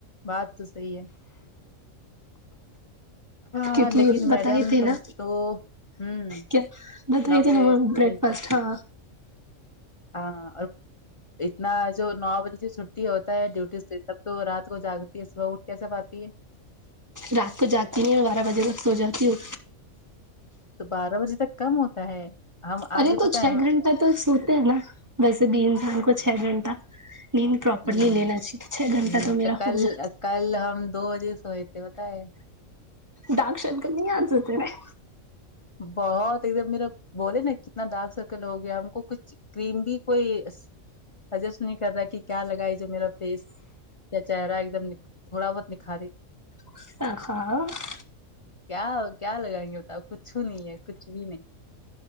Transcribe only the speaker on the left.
بات تو صحیح ہے ہاں
آ لیکن
میڈم
تم
تو ہوں
نو
بجے
ملتا
ہے
ہاں اور اتنا جو نو بجے چھٹی ہوتا ہے ڈیوٹی سے تب تو رات کو جاگتی ہے صبح اٹھ کیسے پاتی ہے
تو بارہ بجے تک کم ہوتا ہے ہم
آج
پتہ
ہے ہم
ہم،
ہم،
کل
کل ہم دو بجے سوئے تھے پتہ ہے
بہت ایک دم میرا بولے نا کتنا ڈارک سرکل ہو گیا ہم کو کچھ کریم بھی کوئی سجیس نہیں کر رہا کہ کیا لگا ہے جو میرا فیس چہرہ ایک دم تھوڑا بہت نکھاری
کیا کیا لگائیں گے ہوتا کچھ نہیں ہے کچھ بھی نہیں